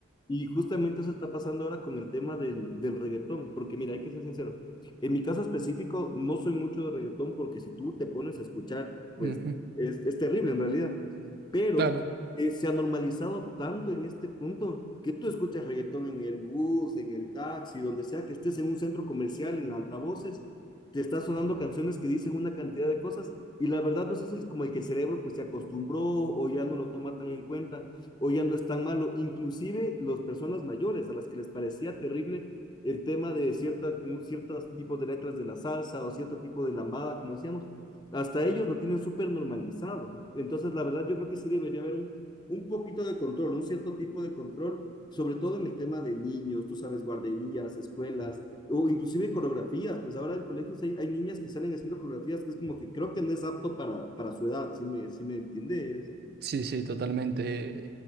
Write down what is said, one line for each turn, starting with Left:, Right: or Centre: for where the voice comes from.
Left: Y justamente eso está pasando ahora con el tema del, del reggaetón, porque mira, hay que ser sincero. En mi caso específico, no soy mucho de reggaetón porque si tú te pones a escuchar, pues
Right: Ujú,
Left: es, es terrible en realidad. Pero
Right: Claro.
Left: eh, se ha normalizado tanto en este punto que tú escuchas reggaetón en el bus, en el taxi, donde sea que estés en un centro comercial, en altavoces, te está sonando canciones que dicen una cantidad de cosas y la verdad no sé si es como el que el cerebro pues se acostumbró o ya no lo toma tan en cuenta o ya no es tan malo, inclusive las personas mayores a las que les parecía terrible el tema de cierta, ciertos tipos de letras de la salsa o cierto tipo de lambada, como decíamos, hasta ellos lo tienen súper normalizado. Entonces, la verdad, yo creo que sí debería haber un, un poquito de control, un cierto tipo de control, sobre todo en el tema de niños, tú sabes, guarderías, escuelas, o inclusive coreografías, pues ahora en colegios hay, hay niñas que salen haciendo coreografías que es como que creo que no es apto para, para su edad, si me, si me entiendes.
Right: Sí, sí, totalmente.